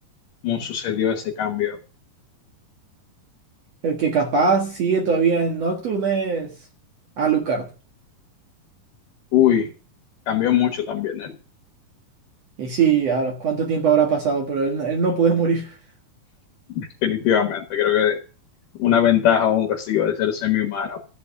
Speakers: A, on the left (about 75°); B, on the right (about 55°).
A: cómo sucedió ese cambio.
B: El que capaz sigue todavía en Nocturne es Alucard.
A: Uy, cambió mucho también él,
B: Y sí, ahora, ¿cuánto tiempo habrá pasado? Pero él, él no puede morir. <laughs>
A: definitivamente. Creo que una ventaja o un castigo de ser semi-humano.